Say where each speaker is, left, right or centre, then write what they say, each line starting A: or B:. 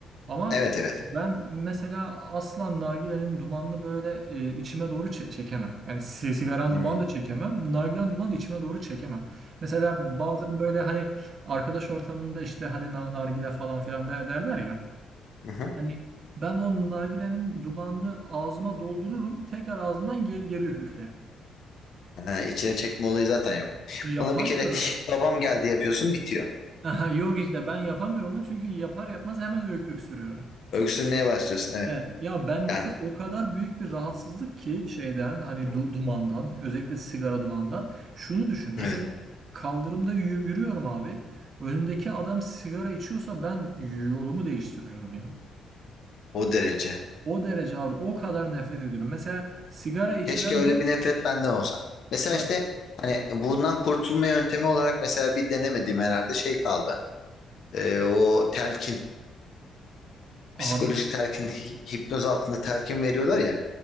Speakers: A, on the right; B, on the left.
A: Ama
B: evet evet.
A: ben mesela asla nargilenin dumanını böyle e, içime doğru çe- çekemem. Yani si- sigaranın
B: Hmm.
A: dumanı da çekemem. Nargilenin dumanı da içime doğru çekemem. Mesela bazen böyle hani arkadaş ortamında işte hadi na- nargile falan filan de- derler ya.
B: Aha.
A: Hani ben o nargilenin dumanını ağzıma doldururum. Tekrar ağzımdan ge- geri üf- üflerim.
B: Ha, içine çekme olayı zaten yok.
A: Yapamıyorum.
B: Bana bir kere <sniffs> babam geldi yapıyorsun bitiyor.
A: <laughs> Yok işte ben yapamıyorum onu çünkü yapar yapmaz hemen ök öksürüyorum.
B: Öksürmeye başlıyorsun evet.
A: Evet, ya bendeki
B: Ya,
A: o kadar büyük bir rahatsızlık ki şeyden hani du-
B: Hı hı.
A: dumandan özellikle sigara dumanından şunu düşün mesela
B: evet
A: kaldırımda yürü- yürüyorum abi önümdeki adam sigara içiyorsa ben yolumu değiştiriyorum ya.
B: o derece.
A: O derece abi o kadar nefret ediyorum. Mesela sigara içilen
B: Keşke öyle
A: bir-
B: bir nefret benden olsa. Mesela
A: bak
B: işte hani bundan kurtulma yöntemi olarak mesela bir denemediğim herhalde şey kaldı. Ee, o telkin,
A: abi
B: psikolojik telkin, hi- hipnoz altında telkin veriyorlar ya.